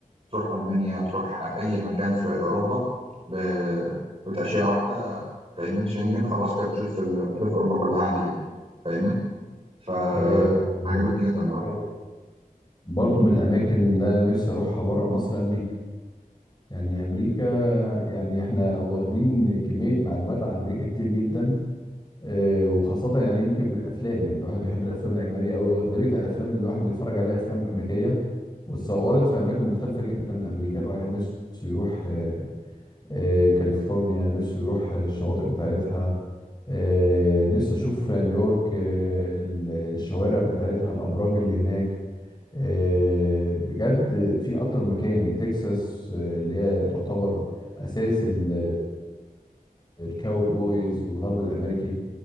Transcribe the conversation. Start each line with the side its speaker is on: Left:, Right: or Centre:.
Right: تروح ألمانيا تروح أي مكان في أوروبا ب- بتأشيرة واحدة فاهمني شنجن خلاص كده بتلف ال... بتلف أوروبا كلها عادي جدا فاهمني فعجبتني
Left: آه،
Right: جدا برضه
Left: تمام. برضو من الاماكن اللي انا نفسي اروحها بره مصر امريكا يعني امريكا يعني احنا واخدين كمية معلومات عن امريكا كتير جدا آه، وخاصة يعني يمكن من الأفلام يعني الواحد بيحب الأفلام الأجنبية أوي وأغلبية الأفلام اللي الواحد بيتفرج عليها أفلام أمريكية واتصورت في أماكن مختلفة جدا من أمريكا الواحد نفسه يروح آه، آه، كاليفورنيا نفسه يروح آه، الشواطئ بتاعتها آه، نفسي أشوف نيويورك آه، ال- الشوارع بتاعتها الأبراج اللي هناك آه، بجد في أكتر مكان تكساس آه، اللي هي تعتبر أساس ال- الكاوبويز والغرب الأمريكي